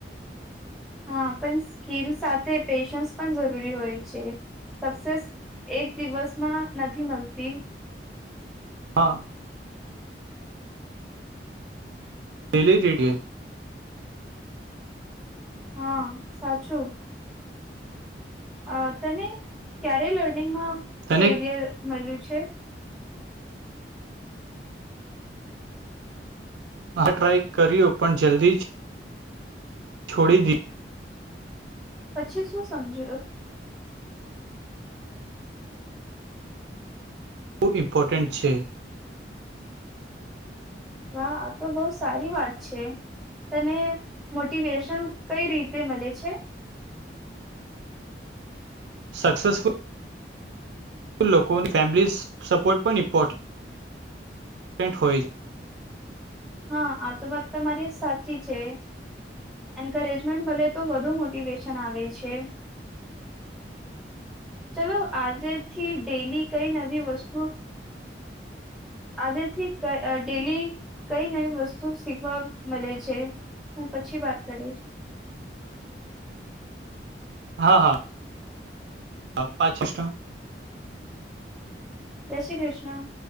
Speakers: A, in the centre; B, on the right.
A: હા પણ સ્કીલ સાથે પેશન્સ પણ જરૂરી હોય છે સક્સેસ એક દિવસમાં નથી મળતી
B: હા ડેલી રીડયો
A: હા સાચું અ તને ક્યારે લર્નિંગમાં
B: તને
A: ફેલિયર મળ્યું છે
B: હા ટ્રાય કર્યો પણ જલ્દી જ છોડી દી
A: પછી શું સમજ
B: બહુ ઇમ્પોર્ટન્ટ છે
A: વાહ આ તો બહ સારી વાત છે તને મોટિવેશન કઈ રીતે મળે છે
B: સક્સેસફુલ લોકો ફેમિલી સપોર્ટ પણ ઇમ્પોર્ટન્ટ ન્ટ હોય છે
A: હા આ તો વાત તમારી સાચી છે એન્કરેજમેન્ટ મળલે તો વધુ મોટિવેશન આવે છે ચલો આજેથી ડેલી કઈ નવી વસ્તુ આજેથી ડેલી કઈ નઈ વસ્તુ શીખવા મળે છે હું પછી વાત કરીશ
B: હા હા હ પાચીસ ટકા
A: જય શ્રી કૃષ્ણ